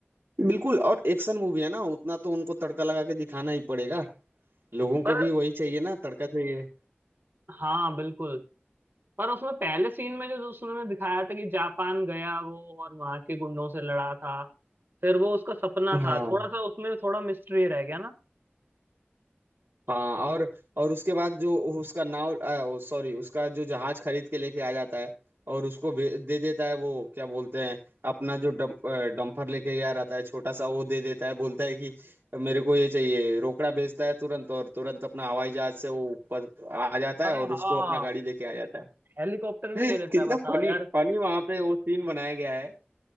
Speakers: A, on the right; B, on the right.
A: बिल्कुल और एक्शन मूवी है ना उतना तो उनको तड़का लगा के दिखाना ही पड़ेगा लोगों को
B: पर
A: भी वही चाहिए ना तड़का चाहिए
B: हाँ बिल्कुल पर उसमें पहले सीन में जो जो उसने दिखाया था कि जापान गया वो और वहां के गुंडों से लड़ा था फिर वो उसका सपना
A: हाँ
B: था थोड़ा सा उसमें थोड़ा मिस्ट्री रह गया ना
A: हाँ और और उसके बाद जो उसका नाव सॉरी उसका जो जहाज खरीद के लेके आ जाता है और उसको बे- दे देता है वो क्या बोलते हैं अपना जो डंप अ, डंपर लेके गया रहता है छोटा सा वो दे देता है बोलता है कि मेरे को ये चाहिए रोकड़ा भेजता है तुरंत और तुरंत अपना हवाई जहाज से वो ऊपर आ जाता
B: अरे
A: है और
B: हाँ
A: उसको अपना गाड़ी देके आ जाता
B: हेलीकॉप्टर भी
A: है
B: ले
A: <laughs>
B: लेता
A: कितना
B: है बताओ
A: फनी
B: यार
A: फनी वहां पे वो सीन बनाया गया है